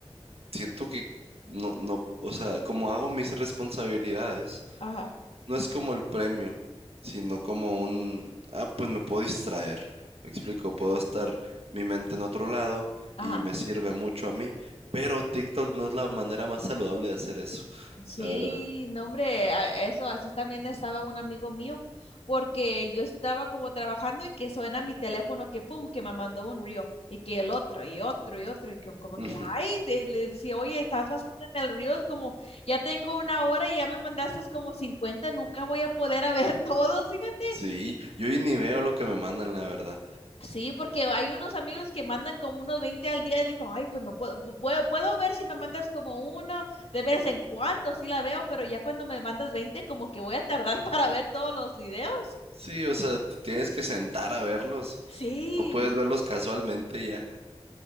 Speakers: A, on the right; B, on the left.
A: siento que no, no, o sea, como hago mis responsabilidades,
B: Ajá.
A: no es como el premio, sino como un, ah, pues me puedo distraer. Me explico, puedo estar mi mente en otro lado
B: Ajá.
A: y me sirve mucho a mí, pero TikTok no es la manera más saludable de hacer eso,
B: Sí,
A: la verdad.
B: no, hombre, a- eso así también estaba un amigo mío, porque yo estaba como trabajando y que suena mi teléfono que pum, que me mandó un río y que el otro y otro y otro y que como
A: Ujú.
B: que, ay, de- le decía, oye, estás bastante en el río, es como, ya tengo una hora y ya me mandaste como 50 nunca voy a poder a ver <laughs> todos, fíjate.
A: Sí, yo ni veo lo que me mandan, la verdad.
B: Sí, porque hay unos amigos que mandan como unos 20 al día y dijo, ay, pues no puedo, pu- puedo, puedo ver si me mandas como uno de vez en cuando, sí la veo, pero ya cuando me mandas 20 como que voy a tardar <laughs> para ver todos los videos.
A: Sí, o sea, te tienes que sentar a verlos.
B: Sí.
A: No puedes verlos casualmente ya.